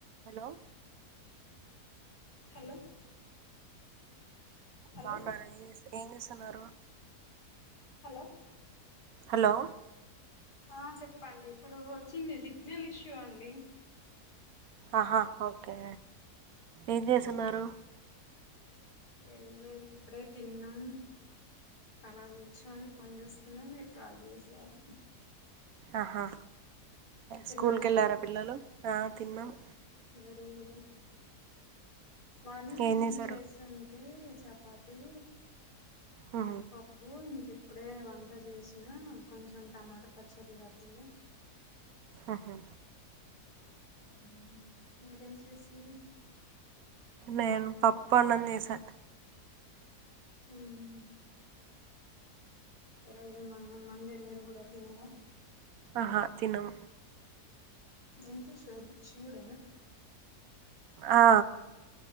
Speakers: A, on the right; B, on the left.
A: Hello
B: hello hello
A: బావున్నారా ఏం చేస్తున్నారు
B: హలో
A: హలో
B: ఆ చెప్పండి ఇప్పుడు వచ్చింది సిగ్నల్ ఇష్యూ అండి
A: ఆహా ఓకే ఏం చేస్తున్నారు
B: ఏం లేదు ఇప్పుడే తిన్నాం అలా కూర్చొని ఫోన్ చూస్తున్నా మీరు కాల్ చేశారు
A: ఆహా
B: తిన్నారా
A: స్కూల్క్ కెళ్ళారా పిల్లలు ఆ తిన్నాము
B: వెల్లిర్రు మార్నింగ్ టిఫిన్
A: ఏం చేశారు
B: చేసింటే చపాతి
A: ఆ
B: పప్పు ఇంక ఇప్పుడే వంట చేసిన కొంచెం టమాటా పచ్చడి కట్టినా
A: ఆహా
B: ఉం మీరేం చేసిరు
A: నేను పప్పు అన్నం చేసా
B: ఉమ్ ఈ రోజు మా మండే మీరు కూడా తినారా
A: ఆహా తినం
B: ఏంటి షి శివుడ
A: ఆ